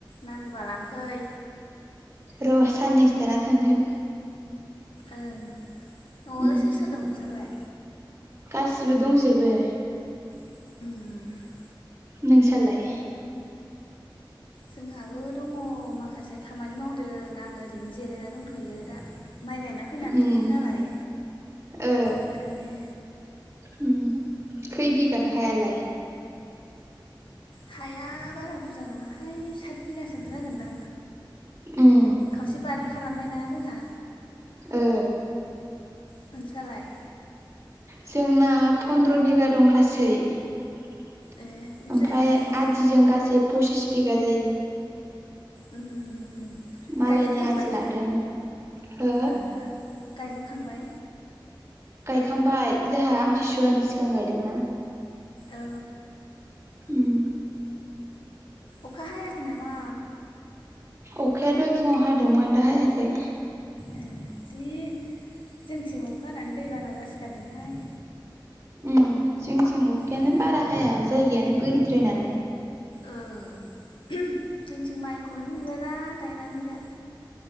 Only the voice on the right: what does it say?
र साननैसोथाना थांगोन।
उम
गासिबो दंजोबो।
नोंसालाय
उम
ओ
उम खै बिगा हायालाय?
उम
ओ
जोंना फनन्द्र बिगा दं गासै। ओमफ्राय
आदिजों गासै फसिस बिगा जायो।
मालायनि
आदि लादों हो।
गायखांबाय जोंहा आमतिसुवानि सिगां गायदोंना।
उम
अखाया दहाय फुङाव हादोंमोन दाहायाखै।
उम जोंनिथिं अखायानो
बारा हाया जायगायानो बोरिद्राय नालाय।